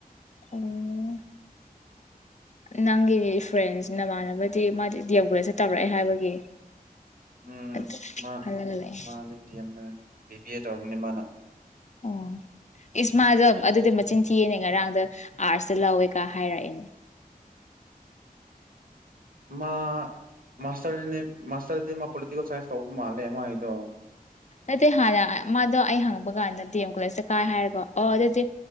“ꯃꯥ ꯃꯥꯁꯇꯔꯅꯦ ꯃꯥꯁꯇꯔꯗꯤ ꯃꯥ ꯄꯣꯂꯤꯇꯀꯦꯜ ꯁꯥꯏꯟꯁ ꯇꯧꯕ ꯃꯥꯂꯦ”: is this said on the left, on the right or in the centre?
Right